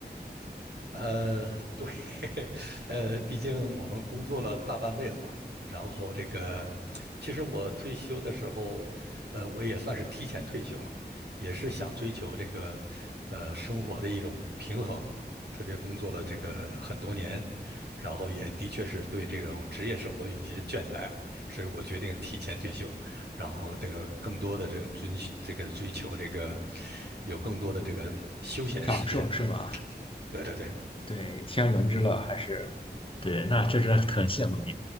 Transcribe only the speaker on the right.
呃，对，<laughs> 呃，毕竟我们工作了大半辈子了，然后这个，其实我退休的时候，呃，我也算是提前退休了，也是想追求这个，呃，生活的一种平衡，特别工作了这个很多年，然后也的确是对这种职业生活有些倦怠，所以我决定提前退休，然后这个更多的这个追这个追求这个，有更多的这个休闲时间。
对对对，